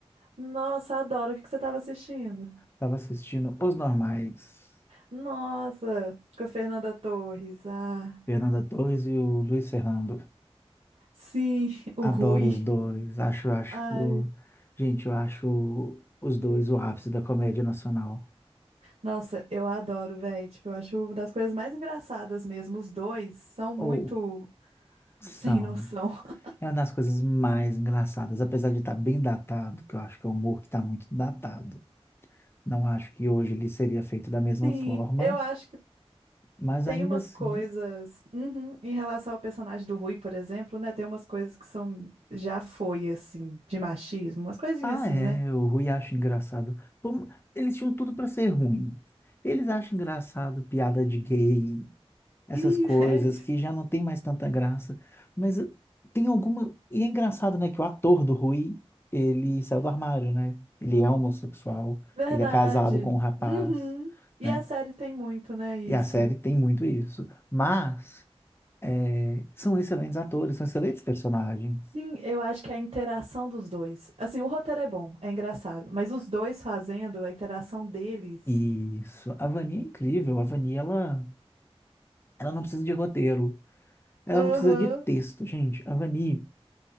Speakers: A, on the right (about 85°); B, on the left (about 20°).
A: Nossa, adoro. O que que você estava assistindo?
B: Tava assistindo Os Normais,
A: Nossa, com a Fernanda Torres. Ah,
B: Fernanda Torres e o Luiz Fernando.
A: sim, <laughs> o
B: Adoro
A: Rui.
B: os dois, acho, acho,
A: Ai,
B: gente, eu acho os dois o ápice da comédia nacional.
A: nossa, eu adoro, velho. Tipo, eu acho uma das coisas mais engraçadas mesmo. Os dois são muito
B: Ou são.
A: sem noção. <laughs>
B: É uma das coisas mais engraçadas, apesar de estar bem datado, que eu acho que é um humor que está muito datado. Não acho que hoje ele seria feito da mesma
A: Sim,
B: forma.
A: eu acho que
B: Mas
A: tem
B: ainda
A: umas
B: assim
A: coisas. Uhum, em relação ao personagem do Rui, por exemplo, né? Tem umas coisas que são. Já foi, assim, de machismo, umas coisinhas
B: Ah,
A: assim,
B: é,
A: né?
B: o Rui acha engraçado. Pô, eles tinham tudo para ser ruim. Eles acham engraçado piada de gay, essas
A: E
B: coisas
A: <laughs> é isso.
B: que já não tem mais tanta graça. Mas eh, tem alguma. E é engraçado, né, que o ator do Rui, ele saiu do armário, né? Ele é homossexual,
A: Verdade.
B: ele é casado com um rapaz,
A: Uhum. E
B: né?
A: a série tem muito, né, isso.
B: E a série tem muito isso. Mas eh, são excelentes atores, são excelentes personagens.
A: Sim, eu acho que é a interação dos dois. Assim, o roteiro é bom, é engraçado, mas os dois fazendo a interação deles.
B: Isso. A Vani é incrível. A Vani, ela. Ela não precisa de roteiro, ela
A: Aham.
B: não precisa de texto, gente. A Vani